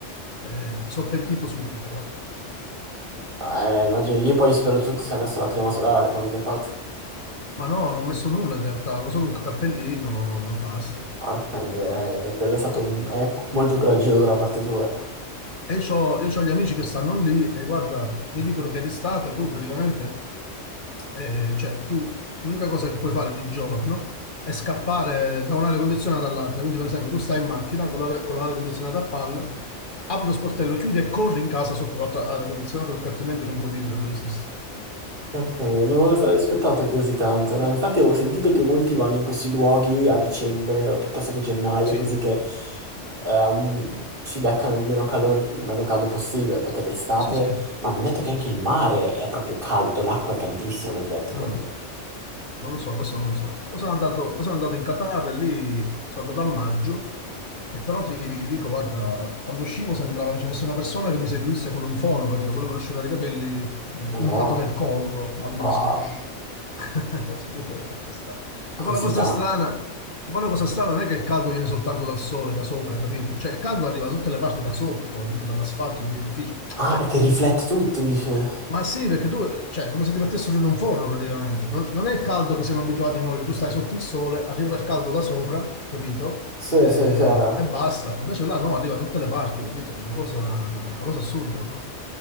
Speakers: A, on the left (about 45°); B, on the right (about 45°).
A: eh, mi sono pentito subito, guarda.
B: Ah, eh, immagino lì poi spero tutti si è messo la crema solare quando è fatto.
A: Ma no, non ho messo nulla in realtà, avevo solo un cappellino e basta.
B: Porca miseria, eh, quello è stato un- è molto coraggioso da parte tua.
A: E c'ho- io ho gli amici che stanno lì e guarda, mi dicono che d'estate tu praticamente, eh, cioè tu, l'unica cosa che puoi fare di giorno è scappare da un'area condizionata all'altra. Quindi per esempio tu stai in macchina con l'aria con l'aria condizionata a palla, apri lo sportello, chiudi e corri in casa sotto l'altra aria condizionata perché altrimenti non puoi vivere, non esisti.
B: Eh, non me lo sarei aspettato così tanto, no? Infatti avevo sentito che molti vanno in questi luoghi a dicembre o piuttosto che gennaio,
A: Sì,
B: così che ehm, si beccano il meno calore, il meno caldo possibile, perché d'estate...
A: sì, sì,
B: Ma mi hanno detto che
A: sì,
B: anche
A: sì.
B: il mare è proprio caldo, l'acqua è caldissima, mi hanno detto proprio.
A: Mm. Non lo so, questo non lo so. Poi sono andato, poi sono andato in Qatar e lì sono andato a maggio e però ti dico, guarda, quando uscivo sembrava che ci fosse una persona che mi seguisse con un fono, capito? Quello per asciugare i capelli eh,
B: Madonna,
A: puntato nel collo al massimo.
B: wow,
A: <laughs> Tipo, lascia stare.
B: così
A: Che poi la cosa
B: tanto.
A: strana, che poi la cosa strana non è che il caldo viene soltanto dal sole, da sopra, capito? Cioè il caldo arriva da tutte le parti da sotto, capito? Dall'asfalto, dagli edifici.
B: Ah,
A: Cioè,
B: perché riflette tutto, dice.
A: ma sì, perché tu, cioè, è come se ti mettessero in un forno praticamente. Non, non è il caldo che siamo abituati noi, che tu stai sotto il sole, arriva il caldo da sopra, capito?
B: Sì,
A: Eh,
B: sì, è chiaro.
A: e basta. Invece là no, arriva da tutte le parti, capito? Una cosa, una cosa assurda, no?